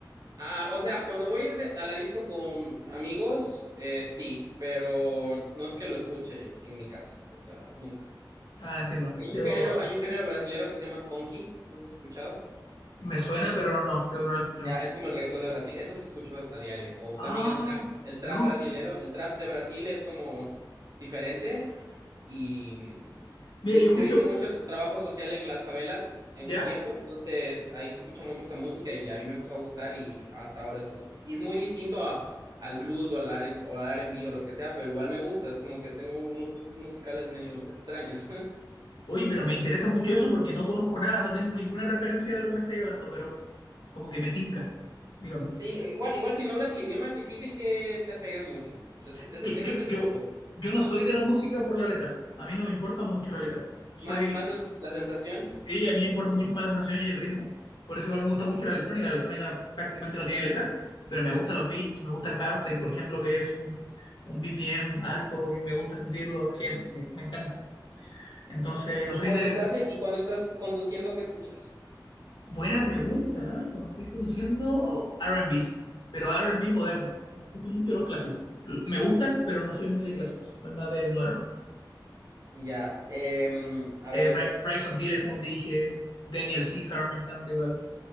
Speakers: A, on the right; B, on the left.
A: Ah, o sea, cuando voy de- a la disco con amigos, eh, sí, pero no es que lo escuche en mi casa, o sea, nunca.
B: Ah, entiendo.
A: Hay
B: Yo
A: un género, hay un género brasilero que se llama funky, ¿no has escuchado?
B: me suena, pero no, creo que no lo escucho.
A: Ya, es como el reggaetón de Brasil, eso sí escucho a, a diario. O
B: Ah,
A: también el trap, el trap
B: no.
A: brasilero, el trap de Brasil es como diferente. Y mm,
B: Mira,
A: yo,
B: yo escucho...
A: yo hice mucho tra- trabajo social en las favelas eh,
B: ¿Ya?
A: un tiempo, entonces ahí se escucha mucho esa música y a mí me empezó a gustar y hasta ahora escucho. Y es muy distinto a- al blues o al, R- o al R&B o lo que sea, pero igual me gusta, es como que tengo unos gustos musicales medios extraños. <laughs>
B: Oye, pero me interesa mucho eso porque no conozco nada, no tengo ninguna referencia de lo que me estáis hablando, pero como que me tinca, digamos.
A: Sí, igual, igual si no hablas el idioma es difícil que te apegues mucho. Eso, es- eso-
B: Es que
A: ese
B: yo,
A: es el
B: yo,
A: truco.
B: yo no soy de la música por la letra. A mí no me importa mucho la letra. Soy
A: Más, más la la sensación.
B: Sí, a mí me importa mucho más la sensación y el ritmo. Por eso igual me gusta mucho la electrónica. La electrónica prácticamente no tiene letra, pero me gustan los beats, me gusta el hardstyle, por ejemplo, que es un, un BPM alto y me gusta sentirlo, gen- me, me encanta. Entonces, no
A: Y
B: soy
A: cuando
B: de letra.
A: estás en- y cuando estás conduciendo, ¿qué escuchas?
B: Buena pregunta, ¿eh? Cuando estoy conduciendo R&B, pero R&B moderno. No escucho mucho los clásicos. L- Me gustan, pero no soy muy de clásicos, soy más de moderno.
A: Ya, em, a
B: Eh,
A: ver.
B: Bry- Bryson Tiller, como te dije, Daniel Caesar me encanta igual.